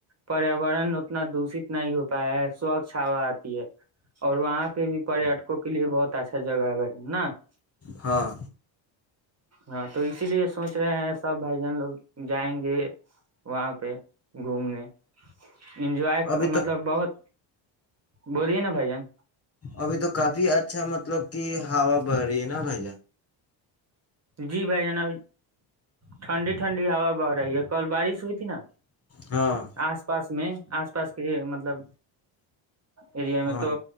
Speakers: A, on the right (about 30°); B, on the left (about 30°).
A: پریاورن اتنا دشت نہیں ہو پایا ہے سوچھ ہا آتی ہے اور وہاں پہ بھی پٹکوں کے لیے بہت اچھا جگہ ہے نہ <unintelligible>
B: ہاں
A: ہاں تو اسی لیے سوچ رہے ہیں سب بھائی جان لوگ جائیں گے وہاں پہ گھومنے انجوائے
B: ابھی تو
A: مطلب بہت بولیے نا بھائی جان
B: ابھی تو کافی اچھا مطب مل کہ ہوا بری نا بائ جا
A: جی بھائی جناب ٹھنڈی ٹھنڈی ہا بہ رہی ہے کل بارش ہوئی تھی نا
B: ہاں
A: آس پاس میں آس پاس کہ مطلب ایریا
B: ہاں
A: میں تو